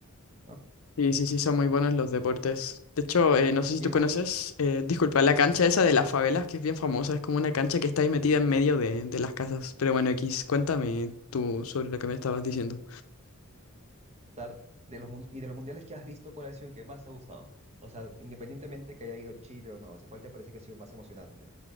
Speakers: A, on the right (about 30°); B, on the left (about 70°).
A: ¿no?
B: Sí, sí, sí, son muy buenos los deportes. De hecho, eh, no sé si
A: Y
B: tú
A: el
B: conoces,
A: mun-
B: eh, disculpa, la cancha esa de las favelas, que es bien famosa, es como una cancha que está ahí metida en medio de, de las casas. Pero bueno, X, cuéntame tú sobre lo que me estabas diciendo.
A: dar- de los, mun- y de los mundiales que has visto, ¿cuál ha sido el que más te ha gustado? O sea, independientemente que haya ido Chile o no, o sea, ¿cuál te parece que ha sido el más emocionante?